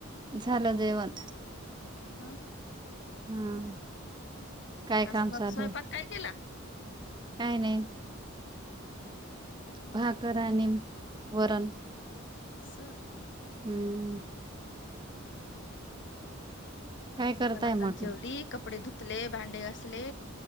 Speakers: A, on the right; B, on the left.
A: झालं जवण.
B: हा, का.
A: हम्म काय
B: आज
A: काम चालुये?
B: मग स्वयंपाक काय केला
A: काय नाही.
B: हा.
A: भाकर आणि वरण.
B: अस.
A: हम्म.
B: हा.
A: काय करताय
B: मी पण आता
A: म्हटलं
B: जेवली कपडे धु धुतले भांडे घसले.